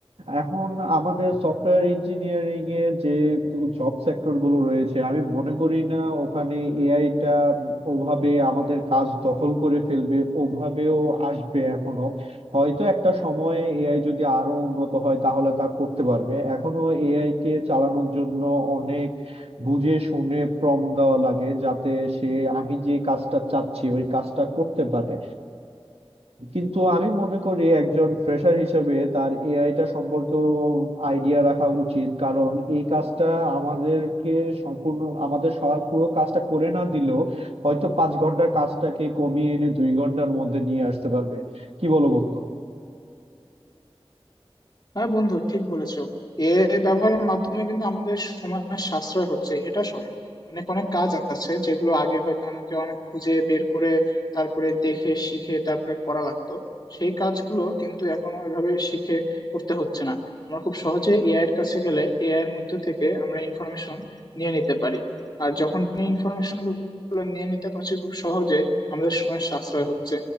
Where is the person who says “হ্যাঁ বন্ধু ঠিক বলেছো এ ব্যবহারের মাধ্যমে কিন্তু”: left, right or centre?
Left